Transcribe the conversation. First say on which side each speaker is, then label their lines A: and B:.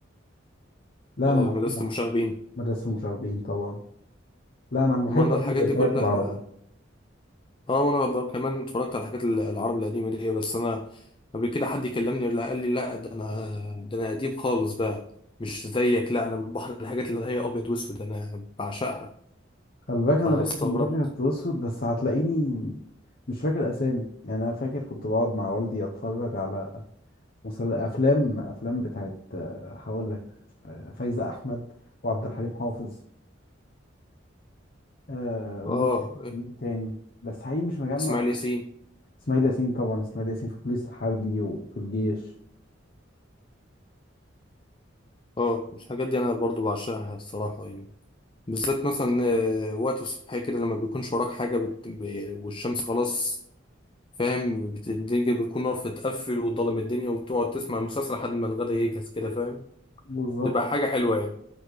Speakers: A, on the left; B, on the left.
A: لا
B: اه،
A: انا محب
B: مدرسة المشاغبين
A: مدرسه المشاغبين طبعا لا انا محب
B: ما انا
A: أكيد
B: الحاجات
A: الحاجات
B: دي كلها
A: العربي
B: اه وانا ب- كمان اتفرجت على الحاجات ال- العرب القديمة دي بس انا قبل كده حد يكلمني لا قال لي لا ده انا ده انا قديم خالص بقى مش زيك لا انا بحر الحاجات اللي هي ابيض واسود انا بعشقها
A: خلي بالك انا
B: فانا
A: لعبت
B: استغربت
A: في الابيض والاسود بس هتلاقيني مش فاكر اسامي يعني انا فاكر كنت بقعد مع والدي اتفرج على مسل... افلام افلام بتاعت آه، هقول لك آه، فايزة احمد وعبد الحليم حافظ آه، ومين
B: اه
A: مين تاني بس حقيقي مش مجمع
B: اسماعيل ياسين
A: اسماعيل ياسين طبعا اسماعيل ياسين في البوليس الحربي وفي الجيش
B: اه الحاجات دي انا برضو بعشقها الصراحه يعني بالذات مثلا آه، وقت الصبح كده لما بيكونش وراك حاجه بت... ب... والشمس خلاص فاهم بت... الدنيا بتكون نار فتقفل وضلم الدنيا وتقعد تسمع المسلسل لحد ما الغدا يجهز كده فاهم
A: بالظبط
B: تبقى حاجه حلوه يعني